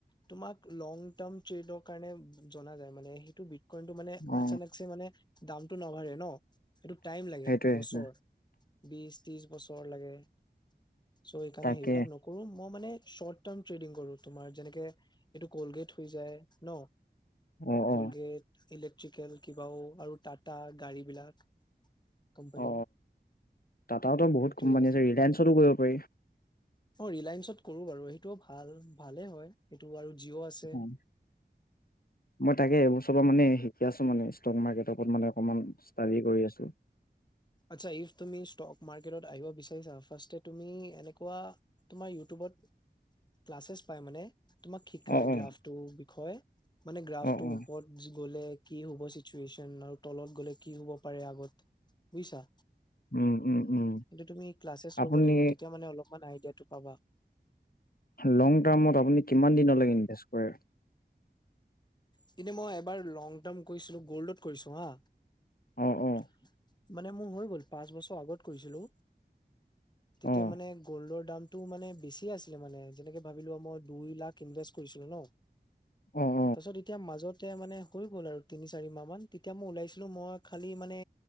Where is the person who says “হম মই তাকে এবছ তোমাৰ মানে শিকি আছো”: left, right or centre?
Left